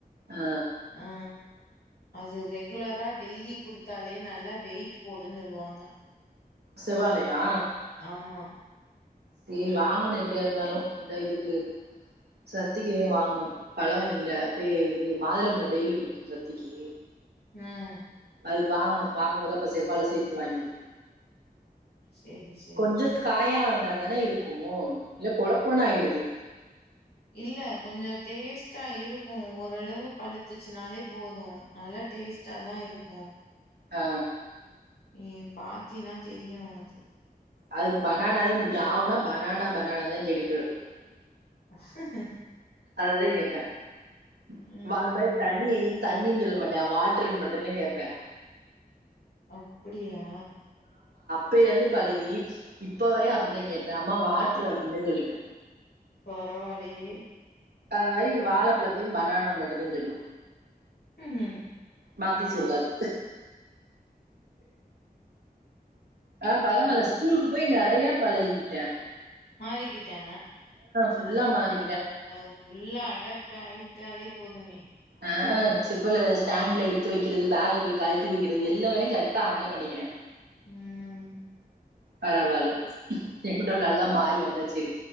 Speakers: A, on the right (about 85°); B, on the left (about 80°).
A: ஆ.
B: ஆ அது ரெகுலரா டெய்லி குடுத்தாலே நல்லா வெயிட் போடுன்னு சொல்லுவாங்க
A: செவ்வாழையா
B: ஆமா
A: சேரி வாங்கணு எப்டியா இருந்தாலு இந்தா இதுக்கு சத்திக்கு வாங்கணு பழோ இல்ல இது மாதுளம்ல டெய்லி குடுக்கணு சத்திக்கு
B: ம்
A: அதுக்கு வாங்கணு வாங்கும்போது அப்ப செவ்வாழ சேத்து வாங்கிடு
B: சேரி சேரி
A: கொஞ்சோ காயா தான இருக்கு இல்ல கொல கொலன்னு ஆயிடுது
B: இல்ல கொஞ்சோ டேஸ்டா இருக்கு ஓரளவு பழுத்துச்சுனாலே போது நல்ல டேஸ்டாதா இருக்கு
A: ஆ
B: நீ பாத்தியினா தெரியு உனக்கு
A: அதுக்கு பனானாதா புடிக்கு ஆ ஊனா பனானா பனானான்தா கேட்டுட்டு கெடக்கு
B: <unintelligible>
A: அதுதா கேப்பா <unintelligible>
B: ம்
A: தண்ணி தண்ணின்னு சொல்ல மாட்டா வாட்ருன்னு மட்டுந்தா கேப்பா
B: அப்பிடியா
A: அப்பேல இருந்து பழகி இப்ப வரையு அப்பிடிதா கேக்கறா அம்மா வாட்ரு அப்பிடினுதா சொல்லுவா
B: பரவால்லையே
A: அது மாரி வாழப்பழத்தையு பனானான்னு மட்டுந்தா சொல்லு
B: ம்ஹும்
A: மாத்தி சொல்லாது ஆ பரவால்ல
B: பர
A: ஸ்கூலுக்கு போய் நெற றையா பழகியிட்டா
B: மாறிக்கிட் டா
A: ஃபுல்லா மாறி
B: அது ஃபுல்லா அடாப்ட் ஆகிட்டாலே போதுமே
A: ஆ செப்பல ஸ்டாண்ட்ல எடுத்து வைக்கிறது பேக போய் கழட்டி வைக்கிறது எல்லா வேலையு கரெக்டா அவனே பண்ணிக்கிறா
B: ம்
A: பரவால்ல எப்பிடோ நல்லா மாறி வந்தா செரி